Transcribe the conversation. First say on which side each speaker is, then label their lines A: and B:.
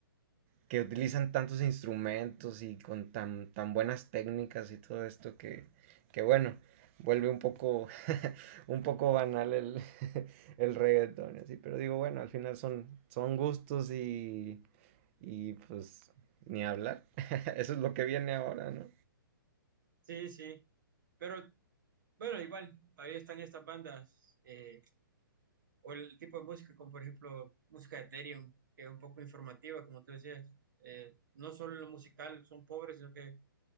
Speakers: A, on the right; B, on the right.
A: que utilizan tantos instrumentos y con tan, tan buenas técnicas y todo esto que, que bueno, vuelve un poco, <laughs> un poco banal el, <laughs> el reggaetón, así, pero digo, bueno, al final son, son gustos y, y pues ni hablar, <laughs> eso es lo que viene ahora, ¿no?
B: sí, sí. Pero bueno, igual, todavía están estas bandas eh, o el tipo de música, como por ejemplo música de Ethereum, que es un poco informativa, como tú decías. Eh, no solo en lo musical son pobres, sino que